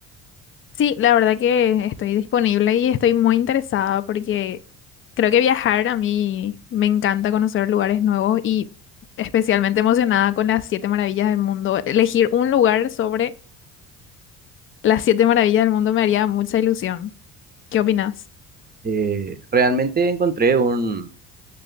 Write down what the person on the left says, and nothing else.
Sí, la verdad que estoy disponible y estoy muy interesada porque creo que viajar a mí me encanta conocer lugares nuevos y especialmente emocionada con las siete maravillas del mundo. Elegir un lugar sobre las siete maravillas del mundo me haría mucha ilusión. ¿Qué opinas?